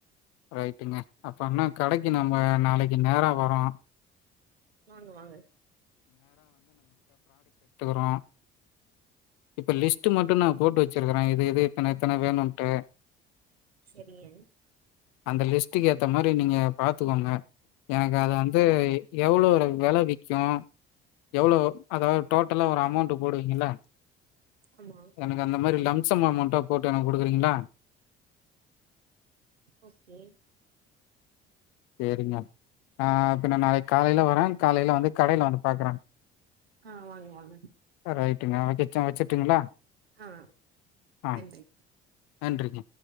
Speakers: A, on the left (about 60°); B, on the right (about 80°).
A: ரைட்டுங்க அப்ப அண்ன கடைக்கு நம்ம நாளைக்கு நெரா வரோ
B: வாங்க வாங்க
A: றோ இப்ப லிஸ்ட்டு மட்டு நா போட்டு வச்சிருக்குற இது இது இத்தன இத்தன வேணுட்டு
B: செரிங்க
A: அந்த லிஸ் ட்டுக்கு ஏத்த மாரி நீங்க பாத்துகோங்க எனக்கு அது
B: ஓகே
A: வந்து எவ்ளோ வெல விக்கு எவ்ளோ
B: ம்
A: அதாது டோடலா ஒரு அமௌண்ட் டு போடுவீங்கில
B: ஆமா
A: எனக்கு அந்த மாரில்லங் <unintelligible> அமௌண்டா போட்டு எனக் குடுக்குறீங்ளா
B: ஓகே
A: சேரிங்க ஆ பின நாளைக் காலைல வரன் காலைல வந்து கடைல வந்து பாக்குற
B: ஆ வாங்க வாங்க
A: ரைட்டுங்க அடி <unintelligible> டுங்களா
B: ஆ
A: ஆ
B: நன்றி
A: நன்றிங்க